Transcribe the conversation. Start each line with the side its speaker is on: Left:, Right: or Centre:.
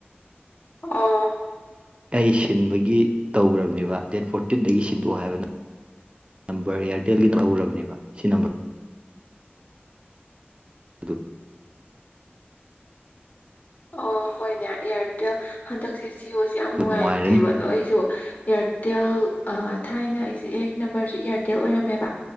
Left: ꯑꯣ
Right: ꯑꯩ ꯁꯤꯟꯕꯒꯤ ꯇꯧꯈ꯭ꯔꯕꯅꯦꯕ ꯗꯦꯠ ꯐꯣꯔꯇꯤꯟꯗꯒꯤ ꯁꯤꯟꯗꯣꯛꯑꯣ ꯍꯥꯏꯕꯅ ꯅꯝꯕꯔ ꯏꯌꯥꯔꯇꯦꯜꯒꯤꯅ ꯎꯔꯕꯅꯦꯕ ꯁꯤ ꯅꯝꯕꯔ ꯑꯗꯨꯗꯣ
Left: ꯑꯣ ꯍꯣꯏꯅꯦ ꯏꯌꯥꯔꯇꯦꯜ ꯍꯟꯗꯛꯁꯦ ꯖꯤꯑꯣꯁꯦ ꯌꯥꯝ ꯅꯨꯡꯉꯥꯏꯇꯦꯕ
Right: ꯅꯨꯡꯉꯥꯏꯔꯅꯤ
Left: ꯑꯗꯣ ꯑꯩꯁꯨ ꯏꯌꯥꯔꯇꯦꯜ ꯊꯥꯏꯅ ꯑꯩꯁꯦ ꯑꯩ ꯅꯝꯕꯔꯁꯦ ꯏꯌꯥꯔꯇꯦꯜ ꯑꯣꯏꯔꯝꯃꯦꯕ